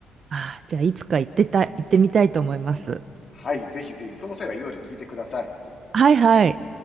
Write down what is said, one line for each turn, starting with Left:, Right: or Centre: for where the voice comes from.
Right: ああ、じゃあ、いつか行ってた、行ってみたいと思います。
Left: はい。ぜひぜひ、その際はいろいろ聞いてください。
Right: はいはい。